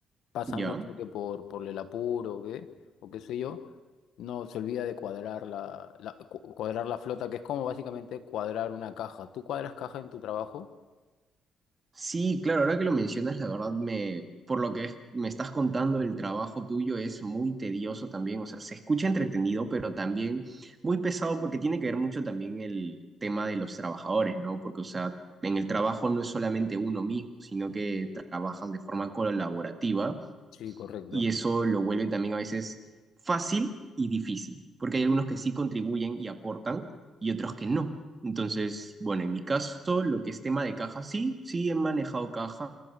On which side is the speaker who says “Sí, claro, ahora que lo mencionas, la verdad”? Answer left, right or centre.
Right